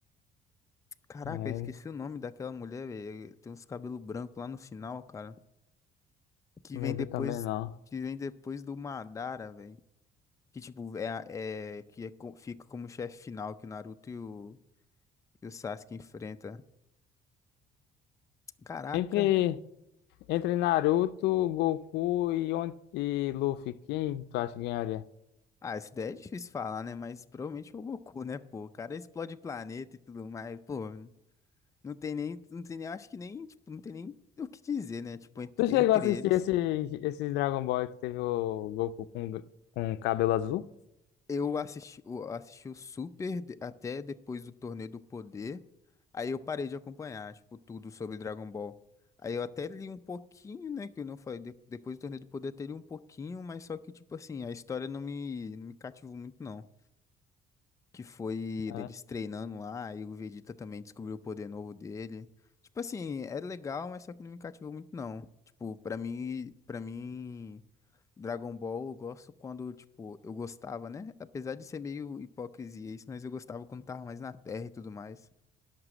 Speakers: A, on the left; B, on the left.
A: Caraca,
B: Não, é,
A: eu esqueci o nome daquela mulher, velho. Tem uns cabelos brancos lá no final, cara. Que
B: não
A: vem
B: lembro
A: depois,
B: também, não.
A: que vem depois do Madara, velho. Que, tipo, é, é que é co- fica como chefe final que o Naruto e o, e o Sasuke enfrenta. Caraca.
B: Entre, entre Naruto, Goku e, On- e Luffy, quem tu acha que ganharia?
A: Ah, isso daí é difícil falar, né? Mas provavelmente é o Goku, né, pô? O cara explode planeta e tudo mais. Pô, não tem nem, não tem nem, acho que nem, tipo, não tem nem o que dizer, né? Tipo, entre,
B: Tu chegou
A: entre
B: a assistir
A: eles.
B: esse, esse Dragon Ball que teve o Goku com, com cabelo azul?
A: Eu assisti, eu assisti o Super de- até depois do Torneio do Poder. Aí eu parei de acompanhar, tipo, tudo sobre Dragon Ball. Aí eu até li um pouquinho, né? Que eu não falei. de- depois do Torneio do Poder, até li um pouquinho, mas só que, tipo assim, a história não me, não me cativou muito, não. Que foi
B: É.
A: deles treinando lá, e o Vegeta também descobriu o poder novo dele. Tipo assim, é legal, mas só que não me cativou muito, não. Tipo, pra mim, pra mim. Dragon Ball eu gosto quando, tipo, eu gostava, né? Apesar de ser meio hipocrisia isso, mas eu gostava quando tava mais na Terra e tudo mais.